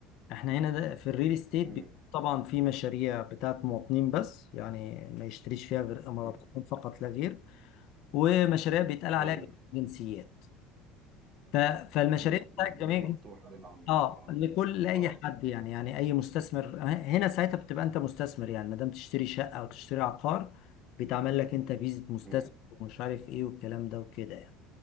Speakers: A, on the left; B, on the right.
A: احنا هنا ده في الريل استيت
B: امم
A: بي- طبعا في مشاريع بتاعت مواطنين بس يعني ما يشتريش فيها غير إماراتيين
B: امم
A: فقط لا غير ومشاريع بيتقال عليها
B: جميل
A: جنسيات ف- فالمشاريع
B: امم
A: بتاعت
B: امم
A: جميع
B: لا مفتوحه للعامه
A: اه
B: اه
A: لكل لاي
B: اه
A: حد يعني يعني اي مستثمر ه- هنا ساعتها بتبقى انت مستثمر يعني ما دام تشتري شقه او تشتري عقار بيتعمل لك انت فيزا مستثمر
B: امم
A: ومش عارف ايه والكلام ده وكده يعني